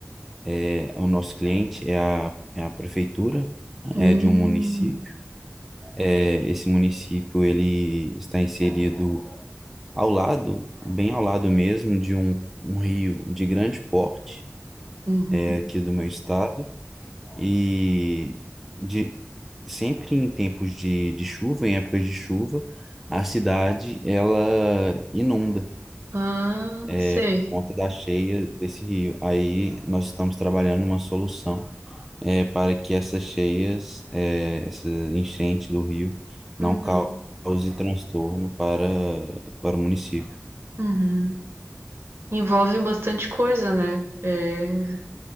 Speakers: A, in the centre; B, on the right.
A: é, o nosso cliente é a, é a prefeitura,
B: Hum.
A: é de um município. É, esse município ele está inserido ao lado, bem ao lado mesmo, de um, um rio de grande porte,
B: Uhum.
A: é, aqui do meu estado. E de, sempre em tempos de, de chuva, em épocas de chuva, a cidade ela inunda
B: Ah,
A: é,
B: sei.
A: por conta da cheia desse rio. Aí nós estamos trabalhando uma solução é, para que essas cheias, é, essa enchente do rio, não
B: Uhum.
A: cause transtorno para, para o município.
B: Uhum. Envolve bastante coisa, né? É,